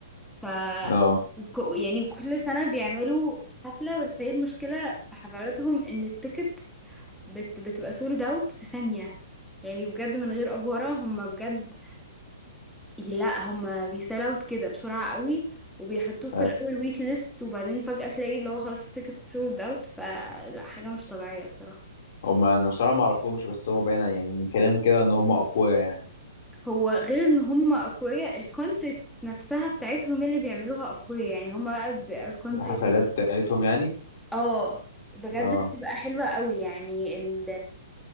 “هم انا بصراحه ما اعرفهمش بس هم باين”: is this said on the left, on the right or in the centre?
Left